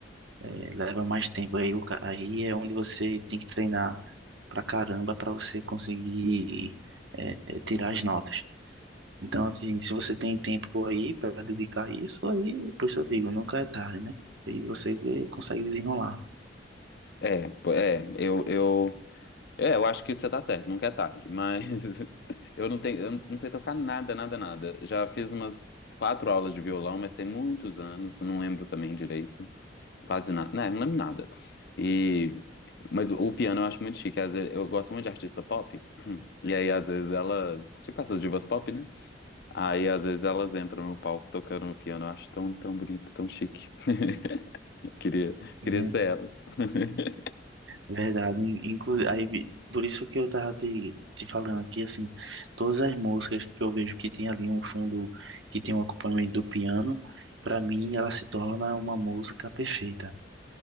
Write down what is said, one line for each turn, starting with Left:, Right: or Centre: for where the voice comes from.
Right: É, leva mais tempo. Aí, o ca- aí é onde você tem que treinar pra caramba pra você conseguir é, é, tirar as notas. Então, assim, se você tem tempo aí pra dedicar a isso, aí, por isso eu digo, nunca é tarde, né? Aí você consegue desenrolar.
Left: É, pô, é, eu, eu, é, eu acho que você tá certo, nunca é tarde, mas <laughs> eu não tenho, eu não sei tocar nada, nada, nada. Já fiz umas quatro aulas de violão, mas tem muitos anos, não lembro também direito, quase nada, né, não lembro nada. E, mas o piano eu acho muito chique, às vezes, eu gosto muito de artista pop, e aí às vezes elas, tipo essas divas pop, né? Aí às vezes elas entram no palco tocando no piano, eu acho tão, tão bonito, tão chique. <laughs> Queria,
Right: É
Left: queria
Right: ver-
Left: ser elas. <laughs>
Right: Verdade. Inclu aí, vi- por isso que eu tava te, te falando aqui, assim, todas as músicas que eu vejo que tem ali um fundo que tem um acompanhamento do piano, pra mim ela se torna uma música perfeita.